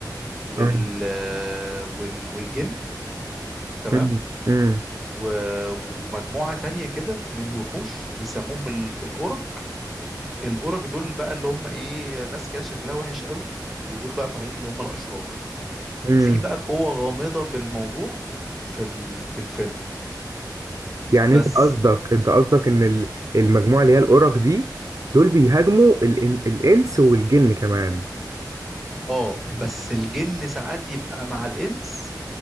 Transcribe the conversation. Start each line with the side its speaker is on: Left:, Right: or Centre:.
Centre: وال...
Right: آه.
Centre: آه، وال... والجن تمام
Right: امم امم
Centre: و- ومجموعة تانية كده من الوحوش بيسموهم ال- الأورك الأورك دول بقى اللي هم إيه ناس كده شكلها وحش قوي ودول بقى طالعين اللي هم الأشرار
Right: امم
Centre: وفي بقى قوة غامضة في الموضوع في ال... في الفيلم
Right: يعني
Centre: بس
Right: انت قصدك انت قصدك ان ال- المجموعة اللي هي الأورك دي دول بيهاجموا الإن- الانس والجن كمان
Centre: اه بس الجن ساعات يبقى مع الانس